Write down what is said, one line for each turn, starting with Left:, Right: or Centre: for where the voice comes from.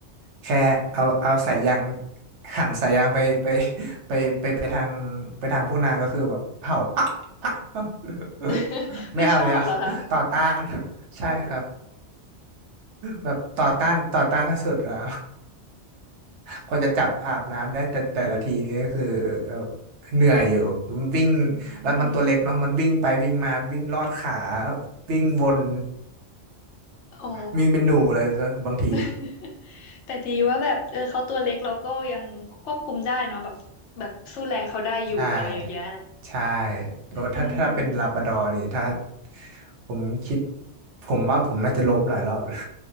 Right: แค่เอาเอาสายยางหันสายยางไปไปไปไปไปทางไปทางพวกนางก็คือแบบเห่า <laughs> อ๊ะอ๊
Left: <laughs>
Right: ะไม่เอาแล้วต่อต้าน
Left: ไม่ชอบเหรอคะ
Right: ใช่ครับ
Left: โอ้
Right: แบบต่อต้านต่อต้านขั้นสุดอ่ะ <laughs> กว่าจะจับอาบน้ำได้แต่แต่ละทีนี่ก็คือเอ่อเหนื่อยอยู่มันวิ่ง
Left: <laughs> อื
Right: แล้วมันตัวเล็กเนาะมันวิ่งไปวิ่งมาวิ่งลอดขา
Left: ม
Right: วิ่งวน
Left: อ๋อ
Right: <laughs> วิ่งเป็นหนูเลยนะบางที
Left: <laughs> แต่ดีว่าแบบเออเขาตัวเล็กเราก็ยังควบคุมได้เนาะแบบแบบสู้แรงเขาได้อยู่อะไรอย่างเงี้ย
Right: ใช่ใช่โอ้ถ้าถ้าเป็นลาบราดอร์นี่ถ้า
Left: อืม
Right: ผมคิดผมว่าผมน่าจะล้มหลายรอบเลย